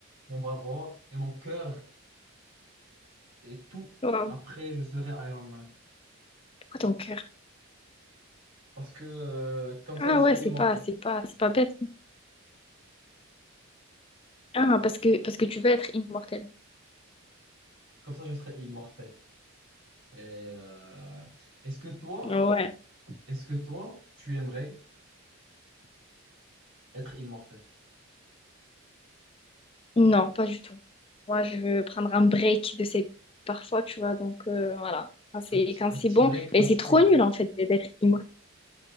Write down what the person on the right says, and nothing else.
mon bras droit et mon cœur et tout.
Après, je serais Iron Man.
Parce que euh, comme ça,
je serais
immortel.
Comme ça, je serais immortel. Et euh, est-ce que toi,
est-ce que toi, tu aimerais être immortel?
Un petit,
un
petit
break,
un petit
break.